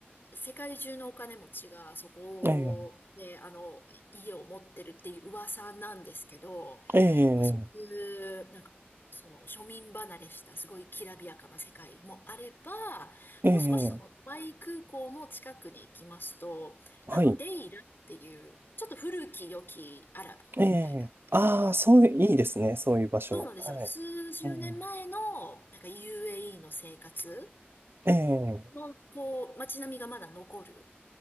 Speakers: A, on the left; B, on the right.
A: う、世界中のお金持ちがそこで、
B: ええ、
A: あの、家を持ってるっていう噂なんですけど、
B: ええ、
A: まあ、そういう、なんか、その庶民離れしたすごいきらびやかな世界もあれば、
B: ええ、
A: もう少しそのドイ空港の近くに行きますと、
B: はい。
A: あの、デイラっていう、ちょっと古き良きアラブみたいな。
B: ええ、ああ、そういう、いいですね。そういう場所。
A: そうなんですよ。
B: はい。
A: 数十年前の、
B: うん、
A: なんか UAE の生活
B: ええ、
A: の、こう、街並みがまだ残る